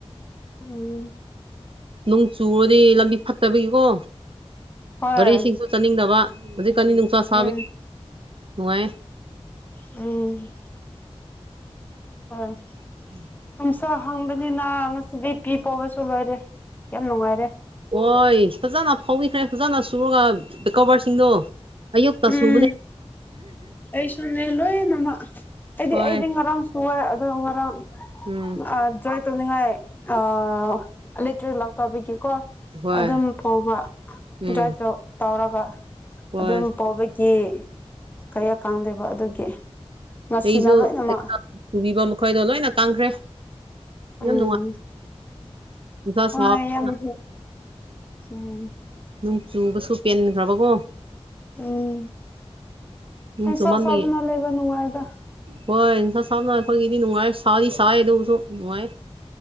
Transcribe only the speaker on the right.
ꯅꯣꯡ ꯆꯨꯔꯗꯤ ꯂꯝꯕꯤ ꯐꯠꯇꯕꯒꯤꯀꯣ
ꯒꯥꯔꯤꯁꯤꯡꯁꯨ ꯆꯠꯅꯤꯡꯗꯕ ꯍꯧꯖꯤꯛꯀꯥꯟ ꯅꯨꯡꯁꯥ ꯁꯥꯕꯒꯤ
ꯅꯨꯡꯉꯥꯏꯌꯦ
<inaudible>
ꯍꯣꯏ ꯐꯖꯅ ꯐꯧꯕꯤꯈ꯭ꯔꯦ ꯐꯖꯅ ꯁꯨꯔꯒ ꯀꯣꯕꯔꯁꯤꯡꯗꯣ ꯑꯌꯨꯛꯇ
ꯁꯨꯕꯅꯦ
ꯍꯣꯏ
ꯎꯝ
ꯍꯣꯏ
ꯎꯝ
ꯍꯣꯏ
ꯑꯩꯁꯨ
ꯄꯨꯕꯤꯕ ꯃꯈꯣꯏꯗꯣ ꯂꯣꯏꯅ ꯀꯪꯈ꯭ꯔꯦ
ꯌꯥꯝ ꯅꯨꯡꯉꯥꯏ ꯅꯨꯡꯁꯥ
ꯁꯥꯕꯅ
ꯅꯣꯡ ꯆꯨꯕꯁꯨ ꯄꯦꯟꯒ꯭ꯔꯕꯀꯣ
ꯅꯣꯡ
ꯆꯨꯃꯥꯟꯕꯒꯤ
ꯍꯣꯏ ꯅꯨꯡꯁꯥ ꯁꯥꯕꯅ ꯑꯩꯈꯣꯏꯒꯤꯗꯤ ꯅꯨꯡꯉꯥꯏ ꯁꯥꯗꯤ ꯁꯥꯏ ꯑꯗꯨꯕꯨꯁꯨ ꯅꯨꯡꯉꯥꯏ